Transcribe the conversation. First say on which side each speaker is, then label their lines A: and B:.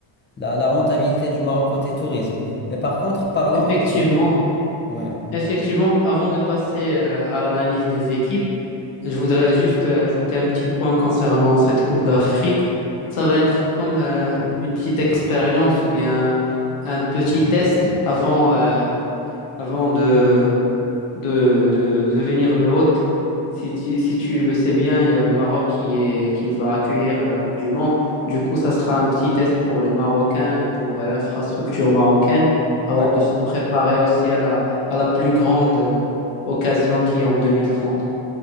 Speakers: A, on the left; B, on the left.
A: la, la rentabilité du Maroc côté tourisme. Mais par contre, parlant
B: Effectivement,
A: équipe. Ouais.
B: effectivement, avant de passer euh, à l'analyse des équipes, je voudrais juste euh, ajouter un petit point concernant cette Coupe d'Afrique. Ça va être comme euh, une petite expérience ou bien un petit test avant euh, avant de, de, de- de devenir le hôte. Si tu, si tu le sais bien, il y a le Maroc qui est, qui va accueillir la Coupe du Monde. Du coup, ça sera un petit test pour les Marocains et pour euh, l'infrastructure marocaine
A: Ouais.
B: avant de se préparer aussi à la, à la plus grande euh, occasion qui est en 2030.